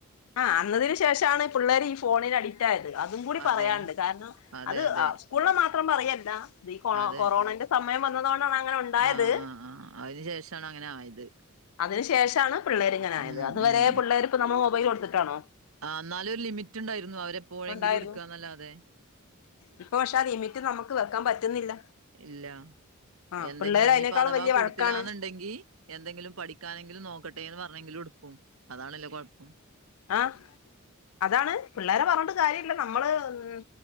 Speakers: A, on the left; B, on the right.
A: ആ അന്നതിന് ശേഷാണ് പിള്ളേര് ഈ ഫോണിന് അഡിക്റ്റ് ആയത് അതും കൂടി
B: അതെ
A: പറയാണ്ട് കാരണം
B: അതെ
A: അത്
B: അതെ
A: സ്കൂൾനെ മാത്രം പറയല്ല. ഇത് ഈ കൊ
B: അതെ
A: കൊറോണന്റെ സമയം വന്നതോണ്ടാണ് അങ്ങനെ ഉണ്ടായത്
B: ആഹ് ആഹ് ആഹ് അയിന് ശേഷാണ് അങ്ങനെ ആയത്.
A: അതിനു ശേഷാണ് പിള്ളേര് ഇങ്ങനെ ആയത്.
B: ഉം
A: അത് വരെ
B: ഉം
A: പിള്ളേര്പ്പ നമ്മള് മൊബൈല് കൊട്ത്തിട്ടാണോ.
B: ആ ഇന്നാലു ഒരു ലിമിറ്റ് ഇണ്ടായിരുന്നു. അവര് എപ്പോയെങ്കിലും
A: ഉണ്ടായിരുന്നു
B: ഇട്ക്ക്ന്നല്ലാതെ
A: ഇപ്പൊ പക്ഷെ ആ ലിമിറ്റ് നമുക്ക് വെക്കാൻ പറ്റുന്നില്ല.
B: ഇല്ല
A: ആ
B: എന്തെങ്കിലും
A: പിള്ളേര്
B: ഇഞ്ഞ്പ്പ
A: അതിനേക്കാളും
B: അതവാ
A: വലിയ
B: കൊട്ത്ത്ലാന്ന്ണ്ടെങ്കി
A: വഴക്കാണ്
B: എന്തെങ്കിലും പഠിക്കാനെങ്കിലും നോക്കട്ടേന്ന് പർഞ്ഞെങ്കിലും എടുക്കും അതാണല്ലോ കൊഴപ്പം.
A: ആഹ് അതാണ് പിള്ളേരെ പറഞ്ഞിട്ട് കാര്യല്ല, നമ്മള് ഉം